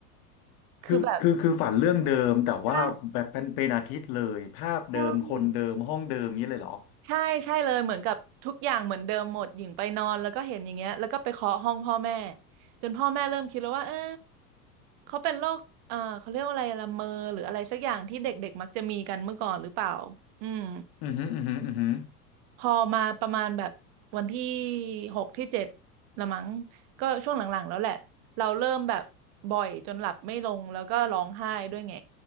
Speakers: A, on the right (about 45°); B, on the left (about 50°).
A: คือแบบ
B: คือคือคือฝันเรื่องเดิมแต่ว่าแบบเป็นเป็นอาทิตย์เลยภาพเดิมคนเดิมห้องเดิมนี้เลยเหรอ
A: ใช่ใช่ใช่ใช่เลยเหมือนกับทุกอย่างเหมือนเดิมหมดหญิงไปนอนแล้วก็เห็นอย่างเงี้ยแล้วก็ไปเคาะห้องพ่อแม่จนพ่อแม่เริ่มคิดแล้วว่าเออเขาเป็นโรคเออเขาเรียกว่าอะไรละเมอหรืออะไรสักอย่างที่เด็กๆมักจะมีกันเมื่อก่อนหรือเปล่าอืม
B: อืมออือหืมออือหื
A: พอมาประมาณแบบวันที่หกที่เจ็ดละมั้งก็ช่วงหลังๆแล้วแหละเราเริ่มแบบบ่อยจนหลับไม่ลงแล้วก็ร้องไห้ด้วยไง